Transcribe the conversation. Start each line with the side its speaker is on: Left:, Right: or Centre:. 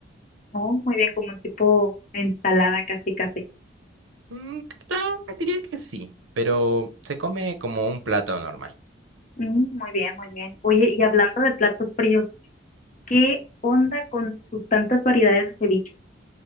Left: Oh, muy bien, como un tipo ensalada casi casi.
Right: Mm, claro, diría que sí, pero se come como un plato normal.
Left: Mm, muy bien, muy bien. Oye, y hablando de platos fríos, ¿qué onda con sus tantas variedades de ceviche?